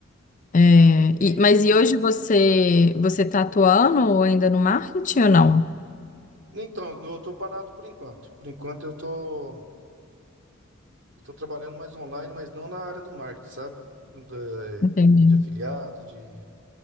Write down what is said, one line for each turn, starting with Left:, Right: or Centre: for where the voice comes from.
Left: É,
Right: E
Left: e- mas e hoje você você está atuando ou ainda no marketing ou não?
Right: então, eu tô parado por enquanto. Por enquanto eu tô, eu tô trabalhando mais online, mas não na área do marketing, sabe? Da-
Left: Entendi.
Right: De, afiliados, de,